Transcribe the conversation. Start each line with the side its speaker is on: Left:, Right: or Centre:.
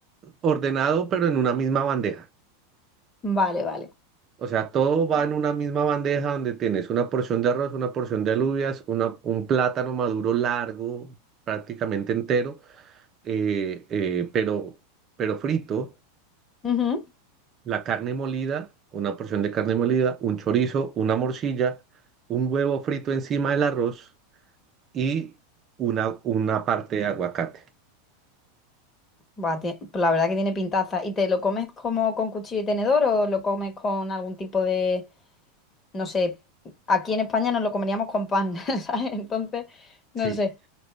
Right: ordenado, pero en una misma bandeja.
Left: Vale, vale.
Right: O sea, todo va en una misma bandeja donde tienes una porción de arroz, una porción de alubias, una, un plátano maduro largo, prácticamente entero, eh, eh, pero, pero frito,
Left: Ujú.
Right: la carne molida, una porción de carne molida, un chorizo, una morcilla, un huevo frito encima del arroz y una, una parte de aguacate.
Left: Buah, tie- pues la verdad que tiene pintaza. ¿Y te lo comes como con cuchillo y tenedor o lo comes con algún tipo de, no sé, aquí en España nos lo comeríamos con pan, <laughs> ¿sabes? Entonces, no
Right: Sí.
Left: sé.
Right: <laughs>